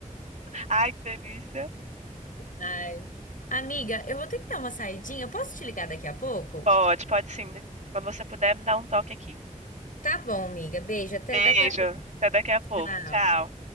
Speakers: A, on the right; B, on the left.
A: Ai, que delícia.
B: Ai. Amiga, eu vou ter que dar uma saidinha. Posso te ligar daqui a pouco?
A: Pode, pode sim. Quando você puder, me dá um toque aqui.
B: Tá bom, amiga. Beijo, até
A: Beijo.
B: daqui a pouco.
A: Até daqui a pouco.
B: Tchau.
A: Tchau.